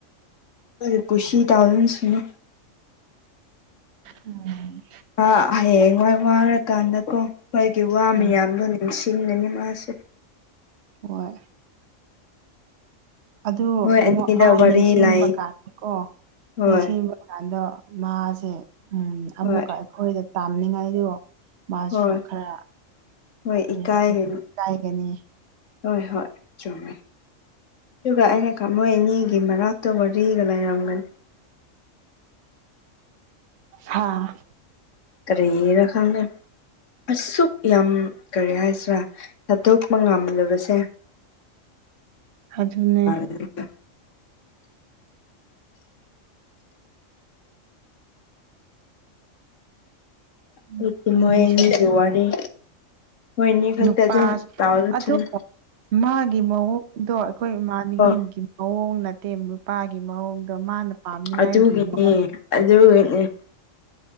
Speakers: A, on the left; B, on the right.
A: ꯑꯩꯈꯣꯏꯗ ꯀꯨꯁꯤ ꯇꯧꯅꯤ ꯁꯤꯅꯤ
B: ꯎꯝ
A: ꯑ ꯍꯌꯦꯡꯋꯥꯏ ꯋꯥꯔꯀꯥꯟꯗꯀꯣ ꯑꯩꯈꯣꯏꯒꯤ ꯋꯥ ꯃꯌꯥꯝꯗꯨꯅꯤ
B: ꯎꯝ
A: ꯅꯤꯡꯁꯤꯡꯂꯅꯤ ꯃꯥꯁꯦ
B: ꯍꯣꯏ ꯑꯗꯨ
A: ꯃꯣꯏ ꯑꯅꯤꯗ
B: ꯃꯣꯠ ꯃꯥ
A: ꯋꯥꯔꯤ
B: ꯅꯤꯡꯁꯤꯡꯕ
A: ꯂꯥꯛ
B: ꯀꯥꯟꯗꯀꯣ
A: ꯍꯣꯏ
B: ꯅꯤꯡꯁꯤꯡꯕ ꯀꯥꯟꯗ ꯃꯥꯁꯦ ꯎꯝ ꯑꯃꯨꯛꯀ
A: ꯍꯣꯏ
B: ꯑꯩꯈꯣꯏꯗ ꯇꯥꯝꯅꯤꯡꯉꯥꯏꯗꯣ ꯃꯥꯁꯨ
A: ꯍꯣꯏ
B: ꯈꯔ
A: ꯍꯣꯏ
B: ꯀꯔꯤ
A: ꯏꯀꯥꯏꯒꯅꯤ
B: <unintelligible> ꯏꯀꯥꯏꯒꯅꯤ
A: ꯍꯣꯏ ꯍꯣꯏ ꯆꯨꯝꯃꯦ ꯑꯗꯨꯒ ꯑꯩꯅꯀꯥ ꯃꯣꯏ ꯑꯅꯤꯒꯤ ꯃꯔꯛꯇ ꯋꯥꯔꯤꯒ ꯂꯩꯔꯝꯒꯅꯤ
B: ꯍꯥꯥ
A: ꯀ꯭ꯔꯤꯔ ꯈꯪꯗꯦ ꯑꯁꯨꯛ ꯌꯥꯝ ꯀꯔꯤ ꯍꯥꯏꯁꯤꯔ ꯊꯥꯗꯣꯛꯄ ꯉꯝꯗꯕꯁꯦ
B: ꯑꯗꯨꯅꯦ
A: <unintelligible>
B: ꯅꯨꯄꯤꯁꯨ
A: <unintelligible> ꯃꯣꯏ ꯑꯅꯤꯒꯤ ꯋꯥꯔꯤ ꯃꯣꯏꯅꯤ ꯈꯛꯇ
B: ꯅꯨꯄꯥꯁꯨ
A: ꯑꯗꯨꯝ ꯇꯧꯖꯁꯥꯅꯨ
B: ꯑꯗꯨ ꯃꯥꯒꯤ ꯃꯑꯣꯡꯗꯣ ꯑꯩꯈꯣꯏ ꯏꯃꯥꯟꯅꯕꯤꯒꯤ
A: ꯍꯣꯏ
B: ꯃꯑꯣꯡ ꯅꯠꯇꯦ ꯅꯨꯄꯥꯒꯤ ꯃꯑꯣꯡꯗꯣ ꯃꯥꯅ ꯄꯥꯝꯅꯤꯡꯉꯥꯏꯒꯤ
A: ꯑꯗꯨꯒꯤꯅꯤ
B: ꯃꯑꯣꯡꯁꯦ
A: ꯑꯗꯨꯒꯤꯅꯤ